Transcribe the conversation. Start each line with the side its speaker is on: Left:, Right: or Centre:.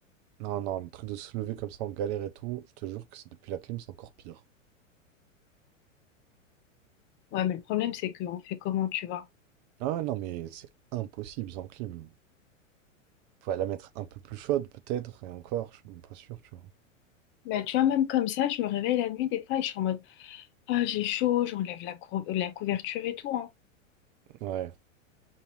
Right: Non, non, le truc de se lever comme ça en galère et tout, je te jure que c'est depuis la clim, c'est encore pire.
Left: Ouais, mais le problème, c'est qu'on fait comment, tu vois?
Right: Ah ouais, non, mais c'est impossible sans clim. Faut la mettre un peu plus chaude, peut-être, et encore, je suis même pas sûr, tu vois.
Left: Bah, tu vois, même comme ça, je me réveille la nuit, des fois, et je suis en mode. Ah, j'ai chaud, j'enlève la, cou- la couverture et tout, hein.
Right: Ouais,